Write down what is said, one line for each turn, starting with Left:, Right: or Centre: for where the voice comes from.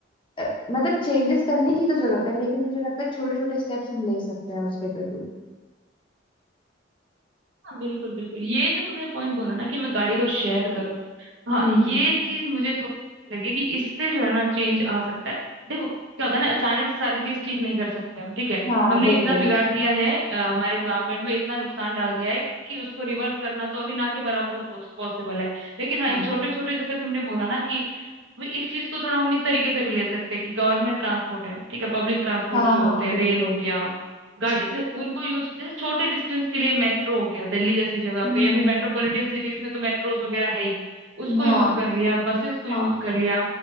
Left: अ, मतलब चेंजेस करने की तो जरूरत है लेकिन मुझे लगता है छोटे छोटे स्टेप्स हम ले सकते हैं उसके प्रति
Right: हाँ बिल्कुल बिल्कुल ये जो तुमने पॉइंट बोला ना कि मैं गाड़ी को शेयर करूँ हाँ
Left: हम्म
Right: ये चीज मुझे थोड़ी लगी कि इससे जो है ना चेंज आ सकता है देखो क्या होता है ना अचानक से सारी चीज ठीक नहीं कर सकते हम ठीक है
Left: हाँ
Right: हमने
Left: बिल्कुल
Right: इतना बिगाड़ दिया है अ, हमारे इन्वायरमेंट में इतना नुकसान डाल दिया है कि उसको रिवर्स करना तो अभी ना के बराबर पॉसिबल है लेकिन हाँ
Left: हाँ
Right: ये छोटे छोटे जैसे तुमने बोला ना कि अभी इस चीज को थोड़ा हम इस तरीके से भी ले सकते हैं कि गवर्नमेंट ट्रांसपोर्ट है ठीक है पब्लिक ट्रांसपोर्ट
Left: हाँ
Right: जो
Left: हाँ
Right: होते हैं
Left: बिल्कुल
Right: रेल हो गया गाड़ी उनको यूज जैसे छोटे डिस्टेंस के लिए मेट्रो हो गया दिल्ली जैसी जगह
Left: हम्म
Right: पे या फिर
Left: हम्म,
Right: मेट्रोपॉलिटन सिटीज में तो मेट्रोस वगैरह है ही उसको
Left: हाँ
Right: यूज कर लिया बसेस को यूज
Left: हाँ
Right: कर लिया